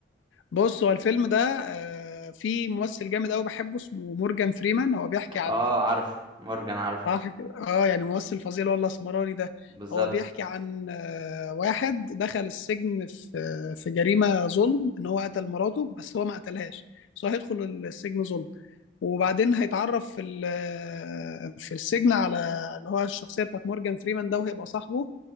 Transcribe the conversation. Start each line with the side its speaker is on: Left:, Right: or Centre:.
Left: بص هو الفيلم ده آه فيه ممثل جامد قوي بحبه اسمه مورجان فريمان هو بيحكي عن
Right: اه عارف مورجان عارف
Left: صح كده اه يعني ممثل فظيع اللي هو الاسمراني ده
Right: بالظبط
Left: هو بيحكي عن آه، واحد دخل السجن في آه، في جريمه ظلم ان هو قتل مراته بس هو ما قتلهاش بس هو هيدخل السجن ظلم وبعدين هيتعرف في ال- آه، في السجن على اللي هو الشخصيه بتاعت مورجان فريمان ده وهيبقى صاحبه